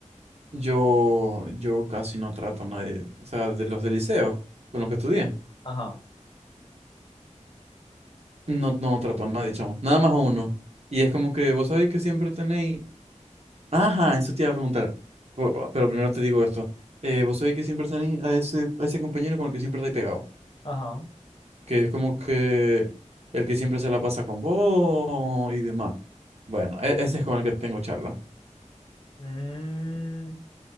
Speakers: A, on the right; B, on the left.
A: Yo, yo casi no trato a nadie, o sea, de los del liceo, con los que estudié.
B: Ajá,
A: No, no trato a nadie, chamo. Nada más a uno. Y es como que vos sabéis que siempre tenéis Ajá, eso te iba a preguntar. Bu- bu- Pero primero te digo esto. Eh, vos sabés que siempre tenéis a ese, a ese compañero con el que siempre estáis pegado.
B: ajá.
A: Que es como que el que siempre se la pasa con vos y demás. Bueno, e- ese es con el que tengo charla.
B: Mm,